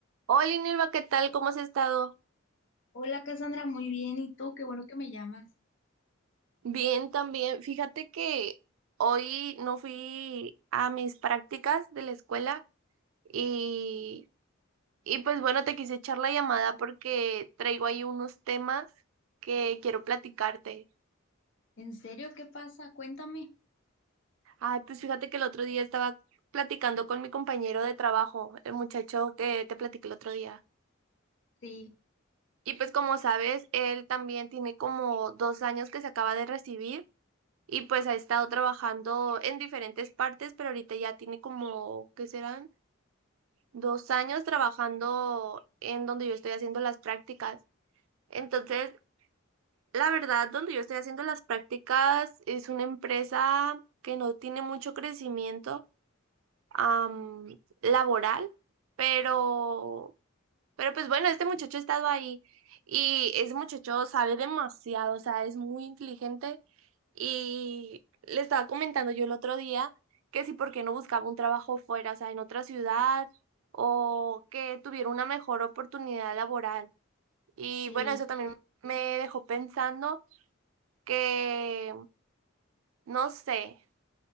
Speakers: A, on the right; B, on the left.
A: Hola, Nilva, ¿qué tal? ¿Cómo has estado?
B: Hola Cassandra, muy bien. ¿Y tú? Qué bueno que me llamas.
A: Bien, también. Fíjate que hoy no fui a mis prácticas de la escuela y, y pues bueno, te quise echar la llamada porque traigo ahí unos temas que quiero platicarte.
B: ¿En serio? ¿Qué pasa? Cuéntame.
A: Ay, pues fíjate que el otro día estaba platicando con mi compañero de trabajo, el muchacho que te platiqué el otro día.
B: Sí,
A: Y pues como sabes, él también tiene como dos años que se acaba de recibir. Y pues ha estado trabajando en diferentes partes, pero ahorita ya tiene como, ¿qué serán? Dos años trabajando en donde yo estoy haciendo las prácticas. Entonces, la verdad, donde yo estoy haciendo las prácticas es una empresa que no tiene mucho crecimiento am, laboral, pero Pero pues bueno, este muchacho ha estado ahí y ese muchacho sabe demasiado, o sea, es muy inteligente y le estaba comentando yo el otro día que si por qué no buscaba un trabajo fuera, o sea, en otra ciudad o que tuviera una mejor oportunidad laboral. Y
B: sí.
A: bueno, eso también me dejó pensando que, no sé,